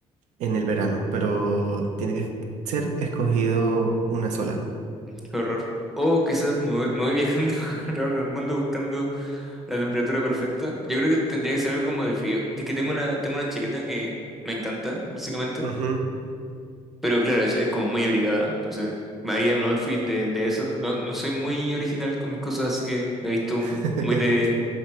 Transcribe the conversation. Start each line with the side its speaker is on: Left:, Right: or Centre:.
Right: en el verano, pero tiene que ser escogido una sola.
Centre: qué horror. O quizás me voy, me voy viajando <laughs> alrededor del mundo buscando la temperatura perfecta. Yo creo que tendría que ser algo como de frío. de que tengo una, tengo una chaqueta que me encanta, básicamente.
Right: Ujú.
Centre: Pero claro, es, es como muy abrigada. Entonces, me haría un outfit de, de eso. No, no soy muy original con mis cosas, así que me he visto
Right: <laughs>
Centre: un- muy de,